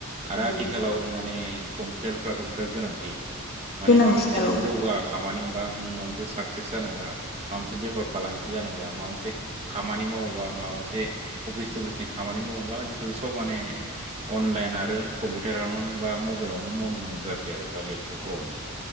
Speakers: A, on the right; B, on the left.
A: आरो
B: नंगौ
A: आथिखालाव
B: नोंथां
A: माने कम्पिउटारफ्राथ' बिराद गोनांथि। माने
B: गोनांथिथार
A: माबा मोनसे नों
B: औ
A: जौगा खामानि होमबा उम माबा मोनसे साक्सेस जानोबा माबा मोनसे बेफार फालांगि जानोबा माबा मोनसे खामानिमावोबा माबा मोनसे अफिस थुबिसनि खामानि मावोबा आजिखालि सब माने अनलाइन आरो कम्पिउटारावनो बा मबाइलावनो मावनो गोनां जासै आरो बा लेपटपफ्रावनो